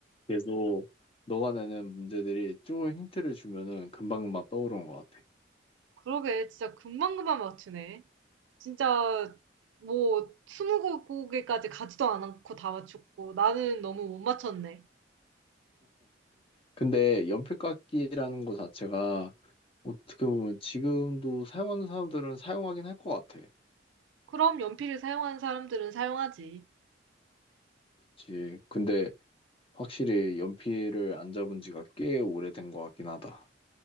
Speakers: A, on the left (about 30°); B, on the right (about 80°).
A: 계속 너가 내는 문제들이 조금 힌트를 주면은 금방금방 떠오르는 것 같아.
B: 그러게, 진짜 금방금방 맞추네. 진짜 뭐 스무 곡에까지 가지도 않고 다 맞췄고 나는 너무 못 맞췄네.
A: 근데 연필 깎기라는 거 자체가 어떻게 보면 지금도 사용하는 사람들은 사용하긴 할 것 같아.
B: 그럼 연필을 사용하는 사람들은 사용하지.
A: 그치. 근데 확실히 연필을 안 잡은 지가 꽤 오래된 것 같긴 하다.